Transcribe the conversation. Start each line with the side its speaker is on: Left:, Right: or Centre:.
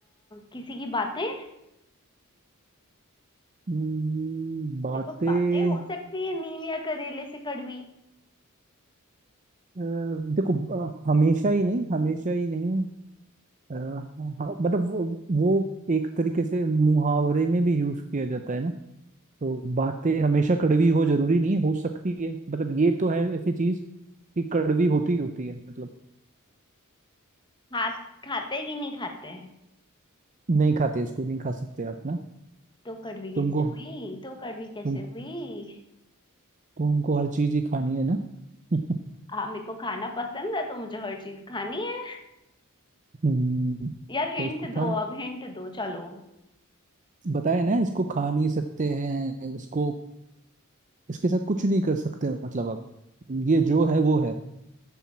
Left: किसी की बातें
Right: हम्म, बातें
Left: देखो बातें हो सकती है नीम या करेले से कड़वी
Right: अ, देखो अ, हमेशा ही नहीं हमेशा ही नहीं अ, हाँ, मतलब वो, वो एक तरीके से मुहावरे में भी यूज किया जाता है ना तो बातें हमेशा कड़वी हो जरूरी नहीं है, हो सकती है मतलब ये तो है ऐसी चीज कि कड़वी होती ही होती है मतलब
Left: हाथ खाते कि नहीं खाते हैं
Right: नहीं खाते इसको नहीं खा सकते आप ना
Left: तो कड़वी कैसे
Right: तुमको
Left: हुई तो कड़वी कैसे
Right: तुम
Left: हुई
Right: तुमको हर चीज ही खानी है ना <laughs>
Left: हाँ मेरे को खाना पसंद है तो मुझे हर चीज खानी है
Right: हम्म,
Left: यार हिंट
Right: तो इसको
Left: दो
Right: खा
Left: अब हिंट दो चलो
Right: बताए ना इसको खा नहीं सकते हैं इसको इसके साथ कुछ नहीं कर सकते मतलब आप ये जो है वो है